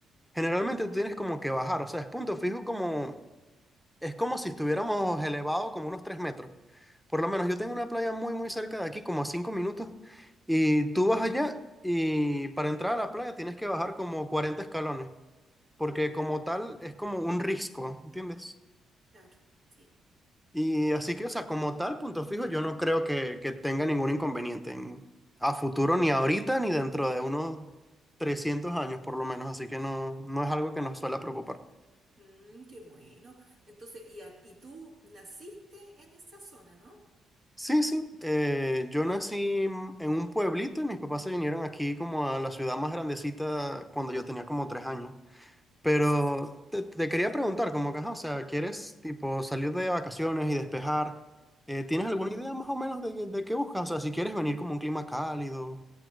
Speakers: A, in the centre; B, on the right (about 65°).
A: Generalmente tú tienes como que bajar, o sea, es punto fijo como, es como si estuviéramos elevado como unos 3 metros. Por lo menos yo tengo una playa muy, muy cerca de aquí, como a 5 minutos, y tú vas allá y para entrar a la playa tienes que bajar como 40 escalones, porque como
B: Mm,
A: tal es como un risco, ¿entiendes?
B: Claro, sí.
A: Y así que, o sea, como tal, punto fijo, yo no creo que, que tenga ningún inconveniente en- a futuro, ni ahorita, ni dentro de unos 300 años por lo menos, así que no, no es algo que nos suele preocupar.
B: Mm, qué bueno. Entonces, y, a- y tú naciste en esa zona, ¿no?
A: Sí, sí. eh, yo nací en en un pueblito y mis papás se vinieron aquí como a la ciudad más grandecita cuando yo tenía como tres años. Pero
B: O s- ok.
A: te, te quería preguntar, como que, ajá, o sea, ¿quieres tipo salir de vacaciones y despejar? Eh, ¿tienes alguna
B: Mm.
A: idea más o menos de, de qué buscas? O sea, si quieres venir como un clima cálido